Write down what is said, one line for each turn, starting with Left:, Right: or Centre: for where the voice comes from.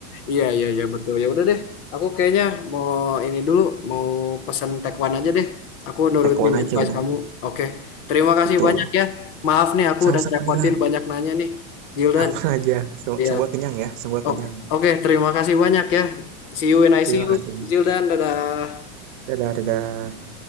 Left: Iya, iya, iya, betul. Ya udah deh, aku kayaknya mau ini dulu, mau pesan tekwan aja deh. Aku nurutin
Right: tekwan aja
Left: advice
Right: udah
Left: kamu. Oke, terima kasih
Right: betul
Left: banyak ya. Maaf nih, aku
Right: sama-sama
Left: udah ngerepotin
Right: Dilan
Left: banyak nanya nih, Zildan.
Right: aman aja Sem-
Left: Iya,
Right: semua kenyang ya semua
Left: oke,
Right: kenyang
Left: oke, terima kasih banyak ya. See you when I
Right: terima
Left: see you,
Right: kasih
Left: Zildan. Dadah.
Right: dadah dadah